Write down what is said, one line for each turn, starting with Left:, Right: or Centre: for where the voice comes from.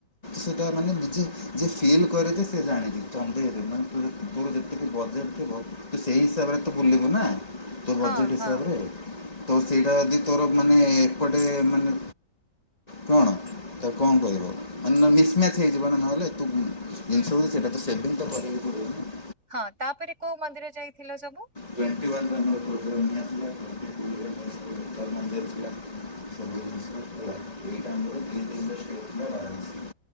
Left: ସେଟା ମାନେ ନିଜେ ଯଏ ଫିଲ୍ କରେଛ ସେ ଜାଣିଛି ତେ ତୋର ଯେତେକି ବଜେଟ ଥିବ ତୁ ସେଇ ହିସାବରେ ତ ବୁଲିବୁ ନା। ତୋ
Right: ହଁ
Left: ବଜେଟ୍ ହିସାବରେ।
Right: ହଁ
Left: ତ ସେଇଟା ଯଦି ତୋର ମାନେ ଏପଟେ ମାନେ କଣ ତା କ ଣ କହିବ ମାନେ ମିସମ୍ୟାଚ୍ ହେଇଯିବ ନା ନହେଲେ ତୁ ଜିନିଷ
Right: ହୁଁ
Left: ହଉଛି ସେଇଟା ତ ସେ ତ କରିବି ପଡିବନା।
Right: ହଁ ତାପରେ କୋଉ ମନ୍ଦିର ଯାଇଥିଲ ସବୁ?
Left: ଟଣ୍ଟି ଜ୍ର ଜ ମନ୍ଦ <inaudible> <unintelligible>